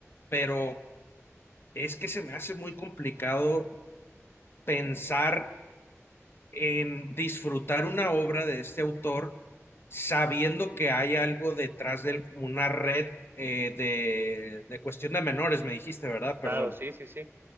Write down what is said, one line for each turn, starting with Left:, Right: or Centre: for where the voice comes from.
Left: pero es que se me hace muy complicado pensar en disfrutar una obra de este autor sabiendo que hay algo detrás de él, como una red eh, de, de cuestión de menores, me dijiste, ¿verdad? Perdón.
Right: Claro, sí, sí, sí.